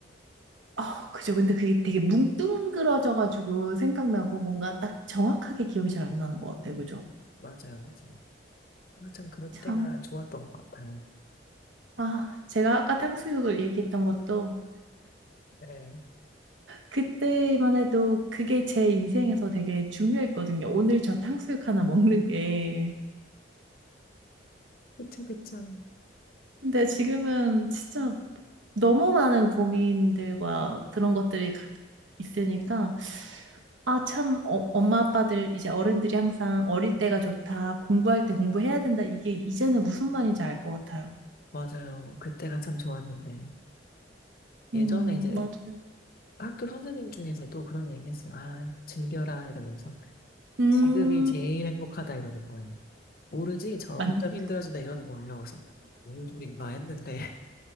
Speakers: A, on the right (about 75°); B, on the left (about 50°).
A: 아 그죠? 근데 그게 되게 뭉뚱그러져가지고 생각나고 뭔가 딱 정확하게 기억이 잘 안 나는 것
B: 음,
A: 같아요. 그죠?
B: 맞아요, 맞아요. 아, 참, 그럴
A: 참.
B: 때가 좋았던 것 같아요.
A: 아, 제가 아까 탕수육을 얘기했던 것도
B: 네.
A: 그때만 해도 그게 제 인생에서 되게 중요했거든요. 오늘 저 탕수육 하나 먹는 게.
B: 그쵸, 그쵸.
A: 근데 지금은 진짜 너무 많은 고민들과 그런 것들이 가- 있으니까 아, 참, 어- 엄마 아빠들 이제 어른들이 항상 어릴 때가 좋다, 공부할 때 공부해야 된다. 이게 이제는 무슨 말인지 알 것 같아요.
B: 맞아요. 그때가 참 좋았는데. 예전에
A: 음,
B: 이제
A: 맞아요.
B: 학교 선생님 중에서도 그런 얘기 했어요. 아, 즐겨라 이러면서
A: 음,
B: 지금이 제일 행복하다 이러는 거예요. 모르지 점점
A: 만,
B: 힘들어진다 이러는 거예요. 그래서 뭔 소린가 했는데